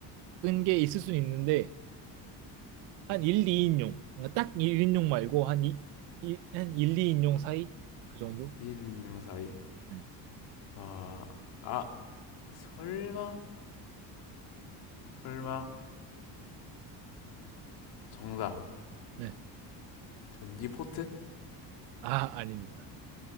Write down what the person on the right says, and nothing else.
게 있을 수는 있는데, 한 1, 2인용. 그러니까 딱 1인용 말고, 한 이, 이- 한 1, 2인용 사이? 그 정도?
네.
네.
아, 아닙니다.